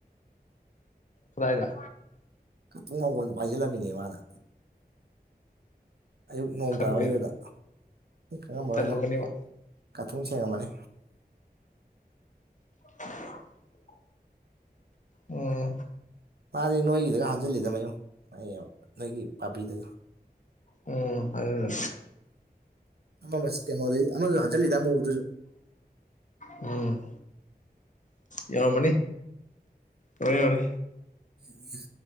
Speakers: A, on the left (about 50°); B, on the right (about 75°).
A: ꯁꯗꯥꯥꯏꯗ
B: ꯀꯇꯨꯡ ꯉꯒꯣꯟ ꯐꯥꯏꯖꯤꯜꯂꯝꯃꯤꯅꯦ ꯃꯥꯅꯕ ꯑꯌꯨꯛ ꯅꯣꯡ
A: ꯈꯪꯗꯦꯗ
B: ꯇꯥꯕꯩꯗꯨꯗ ꯈꯪꯉꯝꯃꯣꯏꯅ
A: ꯇꯜꯂꯝꯃꯅꯤ ꯃꯥ
B: ꯀꯥꯊꯨꯡ ꯁꯦꯡꯉꯝꯃꯅꯤ
A: <inaudible> ꯎꯝ
B: ꯃꯥꯅꯦ ꯅꯣꯏꯒꯤꯗꯒ ꯍꯥꯟꯖꯤꯜꯂꯤꯗ ꯃꯌꯨ ꯑꯩ ꯅꯣꯏꯒꯤ ꯄꯥꯕꯤꯗꯒ
A: ꯎꯝ ꯑꯗꯨ
B: ꯑꯃ ꯃꯁ ꯀ ꯃꯗꯤ ꯑꯃꯃꯗꯨ ꯍꯖꯜꯗ ꯑꯃꯃꯗꯨꯁꯨ
A: ꯎꯝ ꯌꯥꯔ ꯃꯅꯤ ꯍꯔꯦ ꯌꯥꯔꯦ
B: ꯑꯩꯒꯤ